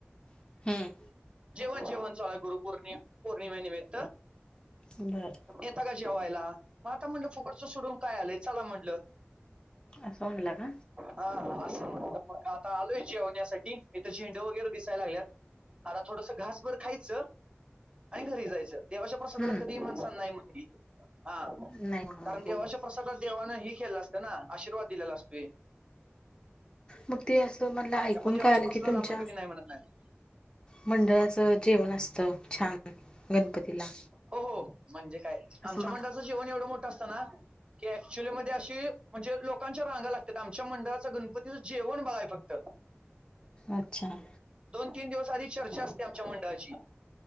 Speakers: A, on the left; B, on the right.
A: हम्म
B: जेवण जेवण चालू आहे गुरुपौर्णिम. <unintelligible>
A: बर.
B: येताय का जेवायला मग आता म्हणलं फुकटचं सोडून काय आलेय चला म्हण हॅलो.
A: असं म्हणला का
B: हा असं म्हटलं मग आता आलोय जेवण्यासाठी इथं झेंडे वगैरे दिसायला लागल्यात. <unintelligible> थोडंसं घासभर खायचं आणि घरी जायचं. देवांच्या प्रसादाला
A: हम्म
B: कधीही माणसांना नाही म्हणली हा
A: नाही म्हण
B: कारण
A: हो
B: देवाच्या प्रसादा देवांना ही खेळलं असतं ना आशीर्वाद दिलेला असतय.
A: मग ते असं मला
B: त्यामुळे
A: ऐकून
B: देवाच्या
A: काय आलं
B: प्रसादाला
A: की तुमच्या
B: आपण कधी नाही म्हणत नाही
A: मंडळाच्या जेवण असतं छान गणपतीला.
B: हो हो म्हणजे काय
A: असं
B: आमच्या
A: मला
B: मंडळाचा जेवण एवढं मोठं असतं ना की ऍक्च्युली मध्ये अशी म्हणजे लोकांच्या माग लागतात आमच्या मंडळाचा गणपतीचं जेवण बघा फक्तं.
A: अच्छा.
B: दोन तीन दिवस आधीच चर्चा असते आमच्या मंडळांची